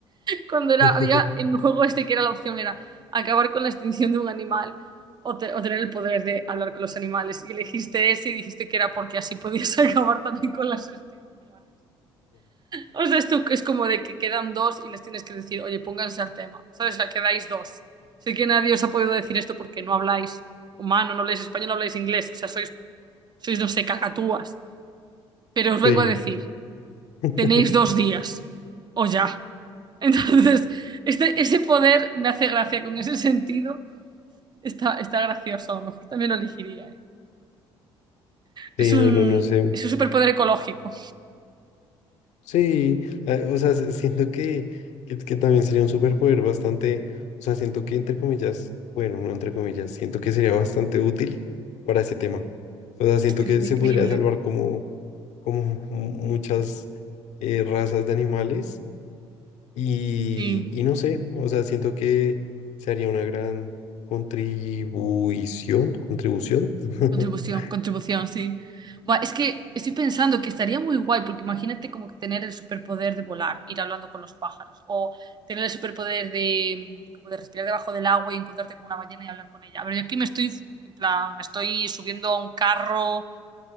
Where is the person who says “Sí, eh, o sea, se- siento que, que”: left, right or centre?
Left